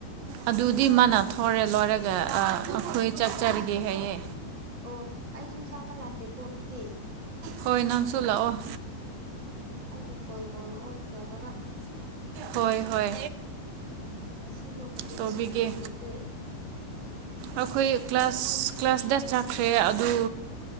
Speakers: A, on the right; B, on the right.
A: ꯑꯗꯨꯗꯤ ꯃꯥꯅ ꯊꯣꯔꯦ ꯂꯣꯏꯔꯒ ꯑ ꯑꯩꯈꯣꯏ ꯆꯥꯛ ꯆꯔꯒꯦ ꯍꯥꯏꯌꯦ꯫
B: ꯑꯣ ꯑꯩꯁꯨ ꯆꯥꯕ ꯂꯥꯛꯀꯦꯀꯣ ꯑꯗꯨꯗꯤ꯫
A: ꯍꯣꯏ ꯅꯪꯁꯨ ꯂꯥꯛꯑꯣ꯫
B: ꯎꯝ ꯎꯝ ꯑꯩꯕꯨ ꯀꯣꯜ ꯇꯧꯔꯛꯑꯣ ꯚꯥꯏꯕꯒ꯫
A: ꯍꯣꯏ ꯍꯣꯏ꯫
B: ꯎ ꯉꯁꯤ ꯅꯣꯡꯃꯒꯤ
A: ꯇꯧꯕꯤꯒꯦ
B: ꯀꯩꯀꯩ ꯇꯧꯈ꯭ꯔꯒꯦ꯫
A: ꯑꯩꯈꯣꯏ ꯀ꯭ꯂꯥꯁ ꯀ꯭ꯂꯥꯁꯗ ꯆꯥꯈ꯭ꯔꯦ ꯑꯗꯨ